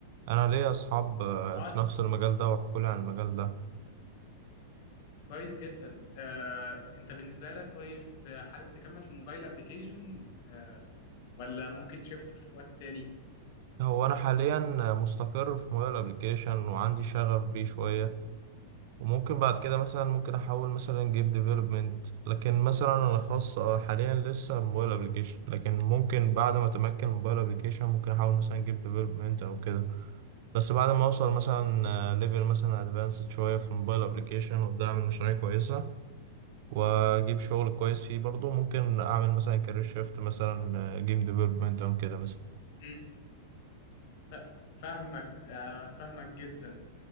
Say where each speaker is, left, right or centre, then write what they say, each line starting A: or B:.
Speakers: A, on the right; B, on the left.
A: انا ليا اصحاب آه،
B: اه
A: في نفس المجال ده وحكوا لي عن المجال ده
B: كويس جدا آه، انت بالنسبه لك طيب حابب تكمل في موبايل ابلكيشن آه، ولا ممكن تشفت في وقت تاني
A: هو انا حاليا مستقر في موبايل ابلكيشن وعندي شغف بيه شوية وممكن بعد كده مثلا ممكن احول مثلا جيم ديفلوبمنت لكن مثلا انا خاص آه، حاليا لسه موبايل ابلكيشن لكن ممكن بعد ما اتمكن موبايل ابلكيشن ممكن احول مثلا جيم ديفلوبمنت او كده بس بعد ما اوصل مثلا ليفل مثلا ادفانسد شويه في الموبايل ابلكيشن وابدا اعمل مشاريع كويسه واجيب شغل كويس فيه برضه ممكن اعمل مثلا كارير شيفت مثلا جيم ديفلوبمنت او كده مثلا
B: مم. ف- فاهمك آه، فاهمك جدا